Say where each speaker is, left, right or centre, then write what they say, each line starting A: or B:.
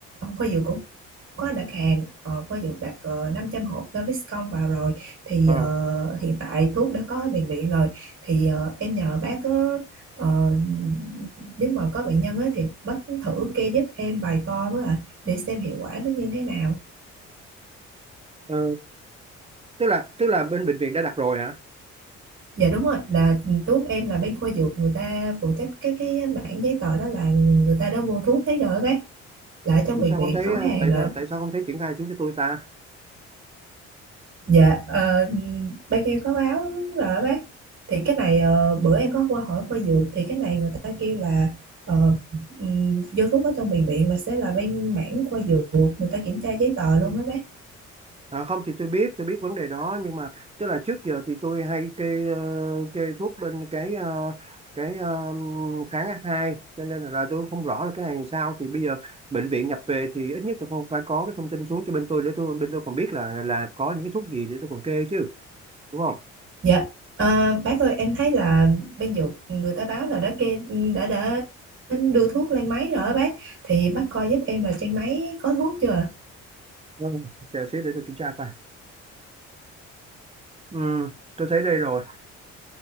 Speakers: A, on the right (about 40°); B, on the right (about 20°).
A: khoa dược cũng có đặt hàng ờ, khoa dược đặt ờ, 500 hộp Gaviscon vào rồi thì
B: ờ,
A: ờ, hiện tại thuốc đã có bệnh viện rồi thì ờ, em nhờ bác có ờ, nếu mà có bệnh nhân á, thì bác thử kê giúp em vài to với ạ để xem hiệu quả nó như thế nào
B: ừ. tức là tức là bên bệnh viện đã đặt rồi hả
A: dạ đúng rồi là thuốc em là bên khoa dược người ta phụ trách cái cái mảng giấy tờ đó là người ta đã mua thuốc hết rồi á bác là ở trong
B: Ủa
A: bệnh
B: sao
A: viện
B: không thấy
A: có
B: ờ,
A: hàng
B: tại
A: rồi
B: sao tại sao không thấy triển khai xuống cho tôi ta
A: Dạ, ờ, bác em có báo rồi đó bác. Thì cái này ờ, bữa em có qua hỏi khoa dược thì cái này người ta kêu là ờ, ừm, vô thuốc ở trong bệnh viện là sẽ là bên mảng khoa dược người ta kiểm tra giấy tờ luôn á bác.
B: À, không thì tôi biết tôi biết vấn đề đó nhưng mà tức là trước giờ thì tôi hay kê ờ, kê thuốc bên cái ờ, cái ờ, kháng H2 cho nên là tôi không rõ là cái này làm sao thì bây giờ bệnh viện nhập về thì ít nhất là không phải có cái thông tin xuống cho bên tôi để tôi bên tôi còn biết là là có những cái thuốc gì để tôi còn kê chứ đúng không?
A: Dạ, ờ, bác ơi em thấy là bên dược người ta báo là đã kê đã đã đưa thuốc lên máy rồi á bác. Thì bác coi giúp em là trên máy có thuốc chưa?
B: Ừ, chờ xíu để tôi kiểm tra coi. Ừ, tôi thấy đây rồi.